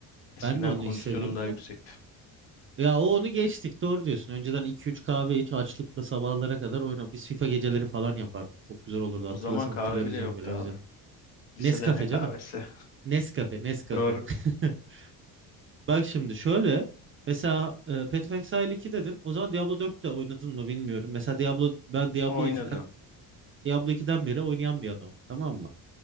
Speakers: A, on the left; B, on the right.
A: Eskiden
B: ben de onu
A: kondisyonum
B: hissediyorum
A: daha
B: da.
A: yüksekti.
B: Ya o onu geçtik doğru diyorsun. Önceden 2-3 kahve iç açlıkla sabahlara kadar oyna. Biz FIFA geceleri falan yapardık. Çok güzel olurdu hatırlasana
A: O zaman kahve
B: televizyon
A: bile yoktu
B: televizyon.
A: abi. Lisede
B: Nescafe
A: ne
B: canım.
A: kahvesi?
B: Nescafe Nescafe.
A: <laughs> Doğru.
B: <laughs> Bak şimdi şöyle. Mesela e, Path of Exile 2 dedin. O zaman Diablo dört de oynadın mı bilmiyorum. Mesela Diablo ben Diablo
A: Oynadım.
B: ikiden Diablo ikiden beri oynayan bir adam tamam mı?